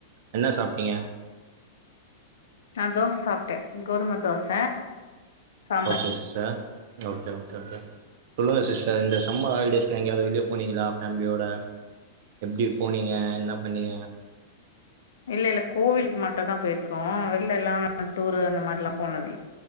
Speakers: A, on the right; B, on the left.
A: என்ன சாப்ட்டீங்க
B: நா தோச சாப்ட்டே கோதும dosa sambar
A: okay sister okay okay okay சொல்லுங்க சிஸ்டர் இந்த சம்மர் ஹாலிடேஸ்ல எங்கேயாவது வெளிய போனீங்ளா ஃபேமிலியோட எப்டி போனீங்க என்ன பண்ணீங்க
B: இல்லல்ல கோவிலுக்கு மட்டும்தா போயிருக்கோ வெளில எல்லா டூர் அந்த மாரில்லா போனதில்ல